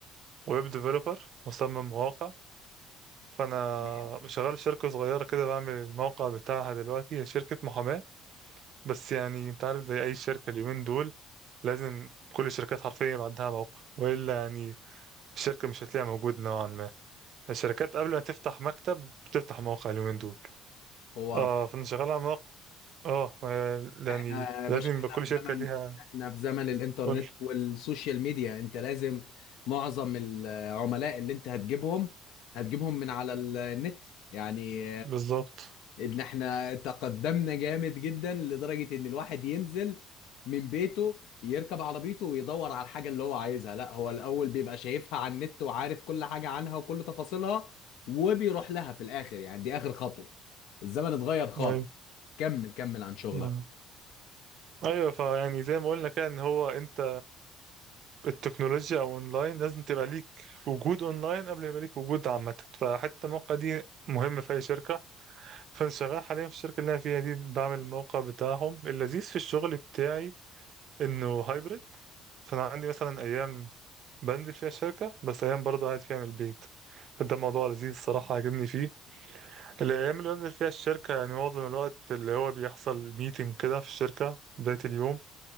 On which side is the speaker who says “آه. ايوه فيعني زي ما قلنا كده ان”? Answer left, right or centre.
Right